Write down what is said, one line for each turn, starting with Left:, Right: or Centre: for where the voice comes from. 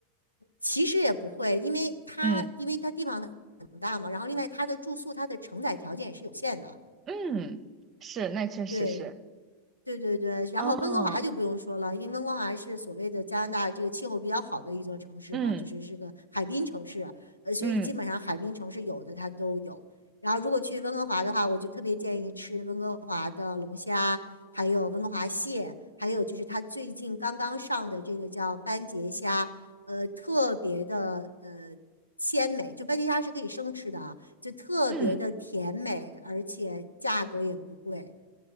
Left: 其实也不会，因为它因为它地方很大嘛，
Right: 嗯
Left: 然后另外它的住宿它的承载条件也是有限的。
Right: 嗯，是，那确实是。
Left: 对，对对对，然后温哥华就不用说了，
Right: 哦，
Left: 因为温哥华是所谓的加拿大这个气候比较好的一座城市嘛，
Right: 嗯
Left: 就是是个海滨城市，呃，所以基本上海滨城市有的它都有。
Right: 嗯
Left: 然后如果去温哥华的话，我就特别建议吃温哥华的龙虾，还有温哥华蟹，还有就是它最近刚刚上的这个叫斑节虾，呃，特别的呃鲜美，就斑节虾是可以生吃的啊，就特别的甜美，
Right: 嗯，
Left: 而且价格也不贵。